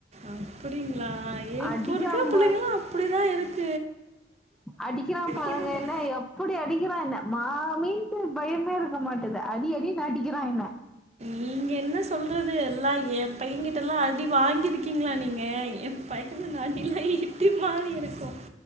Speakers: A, on the right; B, in the centre.
A: அப்புடிங்களா எ
B: அடிக்காம
A: இப்போ இருக்க புள்ளைங்களா அப்புடிதா இருக்
B: அடிக்கிறா பாருங்க
A: தெரியல
B: என்ன எப்புடி அடிக்கிறான் என்ன மா மீன்ட்டு பயமே இருக்க மாட்டிது அடி அடினு அடிக்கிறான் என்ன
A: நீங்க என்ன சொல்றது எல்லா என் பைய்யங் கிட்டலா அடி வாங்கிருக்கீங்ளா நீங்க என் பையன அடிலா இடி மாறி இருக்கு